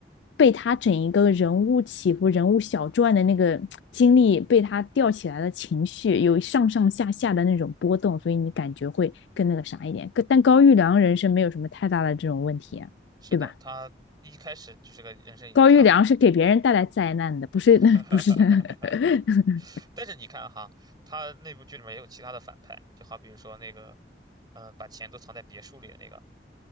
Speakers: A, on the left; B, on the right.
A: 被他整一个人物起伏、人物小传的那个 <tsk> 经历被他吊起来的情绪，有上上下下的那种波动，所以你感觉会更那个啥一点。但高育良人生没有什么太大的这种问题啊对吧？
B: 是的，他一开始就是个人生赢家嘛。
A: 高育良是给别人带来灾难的，不是
B: <laughs>
A: <laughs> 不是的。<laughs>
B: 但是你看哈，他那部剧里面也有其他的反派，就好比如说那个，呃，把钱都藏在别墅里的那个，